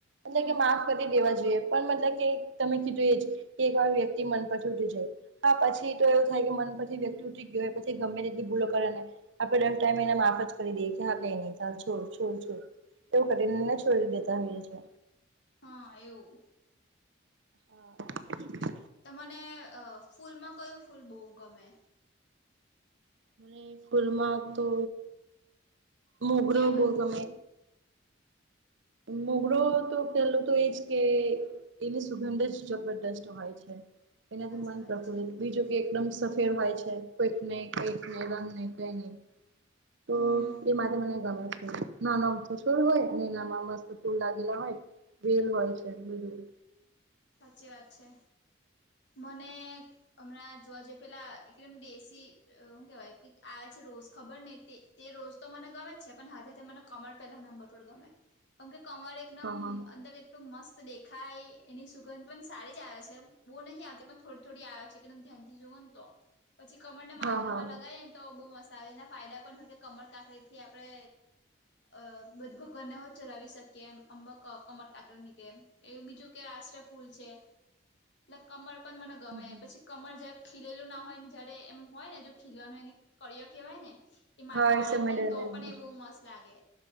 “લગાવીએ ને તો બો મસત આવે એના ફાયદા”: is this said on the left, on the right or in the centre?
Left